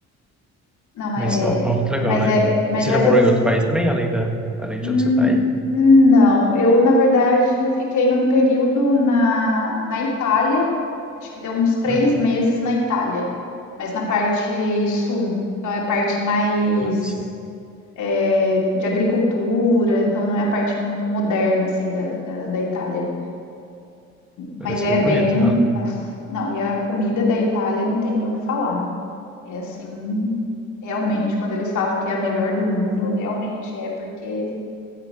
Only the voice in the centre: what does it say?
Menstrual
é muito legal,
né?
E você
já morou em outro país também, além da, além de
onde você está aí?
Uhum.
Parece.
Parece
bem
bonito lá.